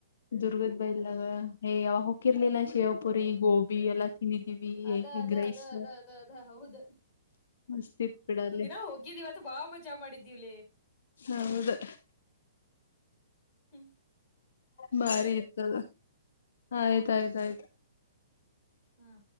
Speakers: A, on the left; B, on the left.
A: ದುರ್ಗ ೇ <unintelligible> ಯಾವಾಗ ಹಕ್ಕಿರ್ಲಿಲ್ಲ ಶಿವಪುರಿ ಗೋಬಿ ಬಿ ಎಲ್ಲ ತಿನ್ನಿದೀವಿ
B: ಅದ ಅದ
A: ಗ್ರೈಸ್
B: ಅದ ಅದ ಅದ ಅದ ಹೌದ
A: ಮಸ್ತಿತ್ ಬಿಿಡ ಅಲ್ಲೇ
B: ನಾ ಹೋಗಿದ್ದಿವವ ಅತ್ ಬಾ ಮಜಾ ಮಾಡಿದ್ದೀವ್ಲಿ
A: ಹೌದು
B: ಹ್ಮ್
A: ಬಾರಿ ಇತದ ಆಯ್ತಯ್ತ ಆಯ್ತು
B: ಹ್ಮ್